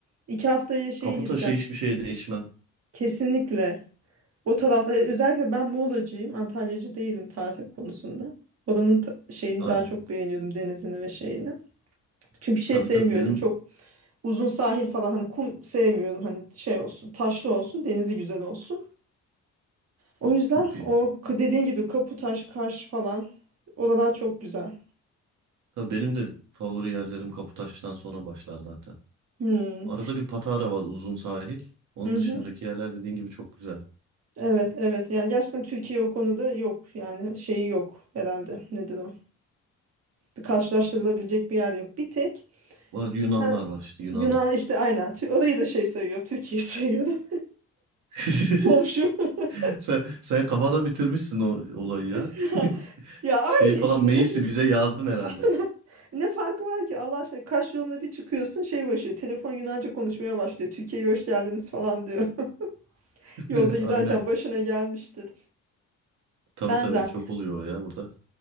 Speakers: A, on the right (about 55°); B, on the right (about 75°).
A: İki haftaya şeye
B: Kapı
A: gideceğim.
B: taşı hiçbir şeye değişmem.
A: Kesinlikle. O taraf e, özellikle ben Muğlacıyım. Antalyacı değilim tatil konusunda. Oranın ta- şeyini
B: Aynen.
A: daha çok beğeniyorum denizini ve şeyini. Çünkü şey
B: Tabii
A: sevmiyorum.
B: tabii benim
A: Çok uzun sahil falan hani kum sevmiyorum. Hani şey olsun, taşlı olsun, denizi güzel olsun. O yüzden
B: çok iyi.
A: o k- dediğin gibi Kaputaş, Kaş falan oralar çok güzel.
B: Tabii benim de favori yerlerim Kaputaş'tan sonra başlar zaten.
A: Hmm.
B: Arada bir Patara var uzun sahil. Onun
A: mhm.
B: dışındaki yerler dediğin gibi çok güzel.
A: Evet, evet. Yani gerçekten Türkiye o konuda yok. Yani şeyi yok herhalde. Nedir o? bir karşılaştırılabilecek bir yer yok. Bir tek
B: Var Yunanlar
A: Ken-
B: var işte Yunan.
A: Yunan işte aynen. Tü- Orayı da şey sayıyor. Türkiye'yi sayıyorum.
B: <laughs>
A: <laughs> Komşu. <laughs>
B: Sen, sen kafada bitirmişsin o olayı ya.
A: Ya,
B: <laughs>
A: ya aynı
B: Şey
A: işte.
B: falan Meis'i
A: Ne, hiç,
B: bize yazdın herhalde.
A: <laughs> ne farkı var ki Allah aşkına. Kaş yoluna bir çıkıyorsun şey başlıyor. Telefon Yunanca konuşmaya başlıyor. Türkiye'ye hoş geldiniz falan diyor. <laughs>
B: <laughs>
A: Yolda giderken
B: Aynen.
A: başına gelmiştir.
B: Tabii
A: Benzer.
B: tabii çok oluyor o ya burada.